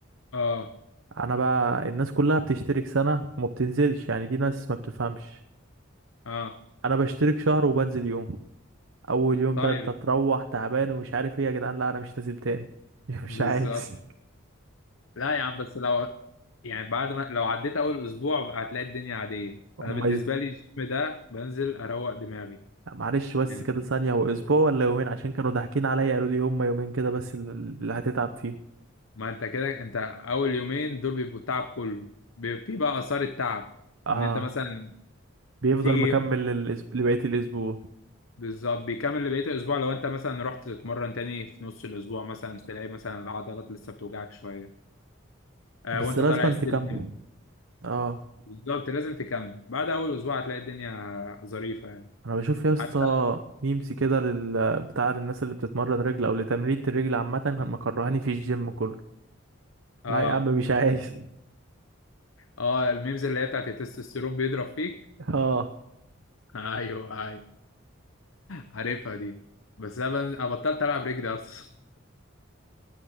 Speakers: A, on the left (about 85°); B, on the right (about 80°).
A: اه
B: انا بقى الناس كلها بتشترك سنة وما بتنزلش يعني دي ناس ما بتفهمش
A: اه
B: انا بشترك شهر وبنزل يوم اول يوم
A: طيب
B: ده انت تروح تعبان ومش عارف ايه يا جدعان لا انا مش نازل تاني <laughs> مش
A: بالظبط
B: عايز
A: لا يا عم بس لو يعني بعد ما لو عديت اول اسبوع هتلاقي الدنيا عاديه
B: هم
A: انا بالنسبه
B: اسبوع
A: لي الجيم ده بنزل اروق دماغي
B: لا، معلش بس
A: لأن-
B: كده ثانية هو اسبوع ولا يومين عشان كانوا ضاحكين عليا قالوا لي هم يومين كده بس اللي هتتعب فيهم
A: ما انت كده انت اول يومين دول بيبقوا التعب كله بيبقى في بقى اثار التعب
B: اه
A: ان انت مثلا
B: بيفضل
A: تيجي
B: مكمل للأسب... لبقية الاسبوع
A: بالظبط بيكمل بقية الأسبوع لو أنت مثلا رحت تتمرن تاني في نص الأسبوع مثلا تلاقي مثلا العضلات لسه بتوجعك شوية آه
B: بس
A: وأنت
B: لازم
A: طالع السلم
B: تكمل اه
A: بالظبط لازم تكمل بعد أول أسبوع هتلاقي الدنيا ظريفة يعني
B: انا بشوف يا اسطى
A: حتى
B: ميمز كده لل... بتاع للناس اللي بتتمرن رجل او لتمرين الرجل عامة مكرهاني في الجيم كله
A: آه
B: لا يا عم مش عايز
A: آه الميمز اللي هي بتاعت التستوستيرون بيضرب فيك
B: <laughs> اه
A: <laughs> أيوه أيوه عارفها دي بس أنا بن- أنا بطلت ألعب رجلي أصلا